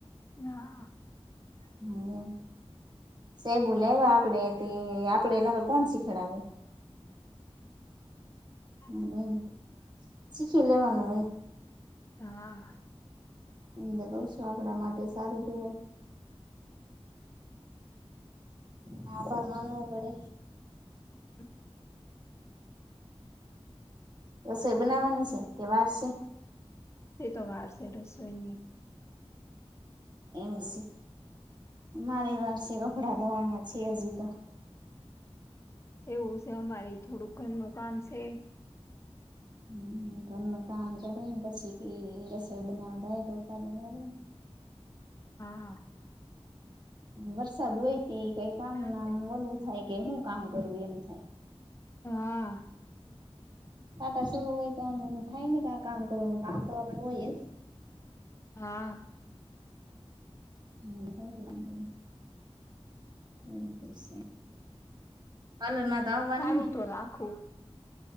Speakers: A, on the left; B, on the right.
A: હા
B: હા એમ સાહેબો લાવ્યા આપડે તે આપડે એનાગર કોણ શીખડાવ?
A: હમ
B: હ એમ શીખી લેવાનું હોય,
A: હા
B: એમ કહશું, આપડા માટે સારું કેવાય. હા આભાર માનું પડે.
A: હચ
B: એ રસોઈ બનાવવાની છે તે વાર છે?
A: તે તો વાર છે રસોઈ ન.
B: એમ મારે વારસે કપડા ધવાના છે હજી તો.
A: એવું છે અમારી થોડુંક ઘર નું કામ છે.
B: હમ ઘર નુ કામ કરીને પછી ક રસોઈ બનાવવા થાય તો ઉપાડી માને.
A: હા
B: વરસાદ હોયતી કઈ કામ
A: હા <unintelligible>
B: લું થાય કે હું કામ કરું એમ થાય?
A: હા
B: ખાટા શરરૂ હોય તો આમ થાય ને કે કામ કરું ક તો આપડું હોય.
A: હા
B: હ બ છે એ મ છે? પાર્લર મા તો આવવાના
A: સારું
B: ને?
A: તો રાખુ.